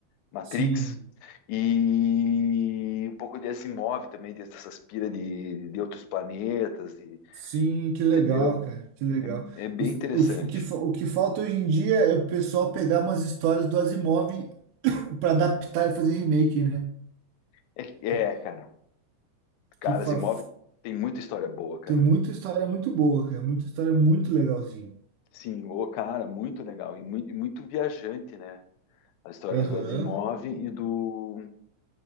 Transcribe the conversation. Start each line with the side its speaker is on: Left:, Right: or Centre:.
Left: Matrix
Right: Sim,
Left: e um pouco de Asimov também, dessas pira de, de outros planetas, e-
Right: sim, que legal,
Left: entendeu?
Right: cara, que legal.
Left: É, é bem
Right: Os-
Left: interessante.
Right: O, o, que, fa- o que falta hoje em dia é o pessoal pegar umas histórias do Asimov <coughs> <clears throat> para adaptar e fazer remake, né?
Left: É, que-
Right: Que,
Left: é, cara, cara,
Right: que fa-
Left: Asimov tem muita história boa, cara.
Right: tem muita história muito boa, cara, muita história muito legalzinha.
Left: Sim, o cara, muito legal e muito, muito viajante, né? As histórias
Right: Aham.
Left: do Asimov e do